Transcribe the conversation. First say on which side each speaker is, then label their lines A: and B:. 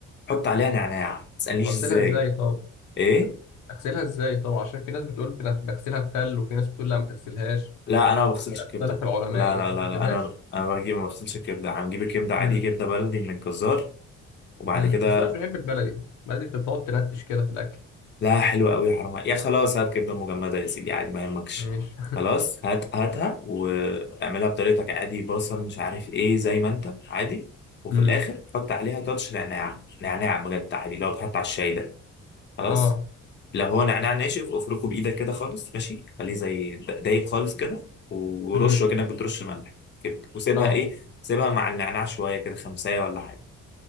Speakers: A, on the left; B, on the left.
A: حط عليها نعناع ما تسألنيش
B: طب أغسلها
A: ازاي
B: إزاي طب
A: ايه؟
B: أغسلها إزاي طب عشان في ناس بتقول بتغ- بغسلها بخل وفي ناس بتقول لا ما تغسلهاش
A: لا انا ما بغسلش
B: اختلف
A: الكبده
B: العلماء
A: لا
B: يعني
A: لا
B: ما
A: لا
B: تبدلهاش
A: لا انا انا بجيب ما بغسلش الكبده هنجيب الكبده عادي
B: امم
A: كبده بلدي من الجزار وبعد
B: امم
A: كده
B: بس انا مش بحب البلدي البلدي بتبقى بتقعد تنتش كده في الاكل
A: لا حلوه قوي حرام عليك. يا خلاص هات كبده مجمده يا سيدي عادي ما يهمكش
B: ماشي
A: خلاص هات هاتها واعملها بطريقتك عادي بصل مش عارف ايه زي ما انت عادي
B: <laughs>
A: وفي
B: امم
A: الاخر حط عليها تاتش نعناع نعناع بجد عادي لو بتحط على الشاي ده خلاص
B: اه
A: لو هو نعناع ناشف افركه بايدك كده خالص ماشي خليه زي د- دايب خالص كده ورشه
B: امم
A: كأنك بترش ملح كده وسيبها
B: اه
A: ايه سيبها مع النعناع شويه كده خمسة ولا حاجه